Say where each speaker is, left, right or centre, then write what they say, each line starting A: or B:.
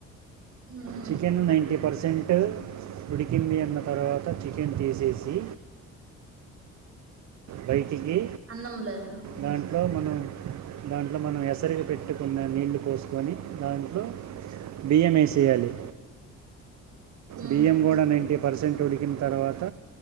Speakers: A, on the right; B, on the right.
A: హ్మ
B: చికెన్ నైంటీ పర్సెంట్ ఉడికింది అన్న తర్వాత చికెన్ తీసేసి బైటికి
A: అన్నములో ఏయల
B: దాంట్లో మనం దాంట్లో మనం ఎసురికి పెట్టుకున్న నీళ్లు పోసుకొని దాంట్లో బియ్యంఏసయాలి
A: ఉమ్
B: బియ్యం కూడా నైంటీ పర్సెంట్ ఉడికిన తర్వాత